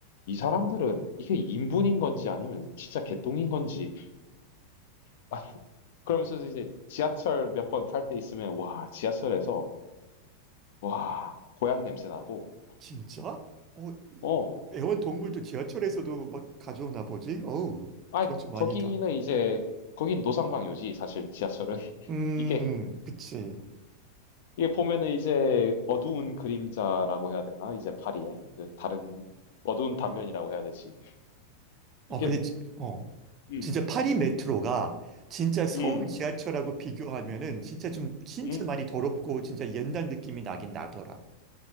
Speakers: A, on the left; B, on the right.
A: 이 사람들은 이게 인분인 건지 아니면 진짜 개똥인 건지 <laughs> 아니 그러면서 이제 지하철 몇 번 탈 때 있으면 와 지하철에서 와 고향 냄새 나고
B: 진짜? 어,
A: 어
B: 애완동물도 지하철에서도 막 가져오나 보지? 어우,
A: 아
B: 그건 좀 아니다.
A: 거기는 이제 거긴 노상방뇨지 사실 지하철은 <laughs>
B: 음,
A: 이게
B: 음, 그치.
A: 이게 보면은 이제 어두운 그림자라고 해야 되나? 이제 파리에 그 다른 어두운 단면이라고 해야 되지.
B: 어,
A: 이게
B: 근데, 지- 어.
A: 음,
B: 진짜 파리 메트로가 진짜 서울
A: 음,
B: 지하철하고 비교하면은 진짜 좀 진짜
A: 음,
B: 많이 더럽고 진짜 옛날 느낌이 나긴 나더라.